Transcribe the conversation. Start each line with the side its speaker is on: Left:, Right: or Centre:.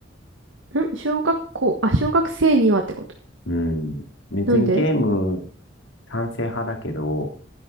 Right: ん小学校、あ、小学生にはってこと。
Left: うん。別にゲーム、
Right: なんで
Left: 賛成派だけど、